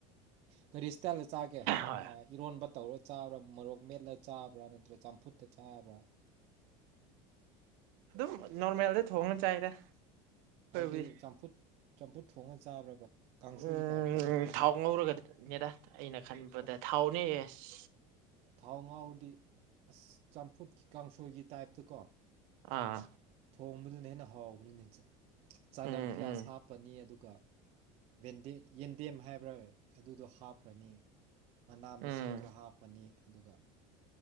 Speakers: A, on the right; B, on the right.
A: ꯀꯔꯤ ꯏꯁꯇꯥꯏꯜꯗ ꯆꯥꯒꯦ
B: ꯍꯣꯏ
A: ꯏꯔꯣꯟꯕ ꯇꯧꯔ ꯆꯥꯕ꯭ꯔꯥ ꯃꯣꯔꯣꯛ ꯃꯦꯠꯂ ꯆꯥꯕ꯭ꯔꯥ ꯅꯠꯇ꯭ꯔ ꯆꯝꯐꯨꯠꯇ ꯆꯥꯕ꯭ꯔꯥ
B: ꯑꯗꯨꯝ ꯅꯣꯔꯃꯦꯜꯗ ꯊꯣꯡꯉ ꯆꯥꯏꯗ ꯑꯩꯈꯣꯏꯕꯨꯗꯤ
A: ꯍꯥꯏꯕꯗꯤ ꯆꯝꯐꯨꯠ ꯆꯝꯐꯨꯠ ꯊꯣꯡꯉ ꯆꯥꯕ꯭ꯔꯕ ꯀꯥꯡꯁꯣꯏꯒꯤ
B: ꯎꯝ
A: ꯇꯥꯏꯞꯇ
B: ꯊꯥꯎ ꯉꯧꯔꯒꯗꯤꯅꯦꯗ ꯑꯩꯅ ꯈꯟꯕꯗ
A: ꯑꯣ
B: ꯊꯥꯎꯅꯦ ꯑꯦꯁ
A: ꯊꯥꯎ ꯉꯧꯔꯗꯤ ꯑꯁ ꯆꯝꯐꯨꯠꯀꯤ ꯀꯥꯡꯁꯨ ꯑꯣꯏꯒꯤ ꯇꯥꯏꯞꯇ ꯀꯣ
B: ꯑꯥ
A: ꯊꯣꯡꯕꯗꯨꯅ ꯍꯦꯟꯅ ꯍꯥꯎꯕꯅꯤꯅꯦ ꯆꯅꯝ
B: ꯎꯝ
A: ꯄꯤꯌꯥꯁ
B: ꯎꯝ
A: ꯍꯥꯞꯄꯅꯤ ꯑꯗꯨꯒ ꯌꯦꯟꯗꯦ ꯌꯦꯟꯗꯦꯝ ꯍꯥꯏꯕ꯭ꯔꯥ ꯑꯗꯨꯗꯣ ꯍꯥꯞꯈ꯭ꯔꯅꯤ ꯃꯅꯥ ꯃꯁꯤꯡ
B: ꯎꯝ
A: ꯈꯔ ꯍꯥꯞꯄꯅꯤ ꯑꯗꯨꯒ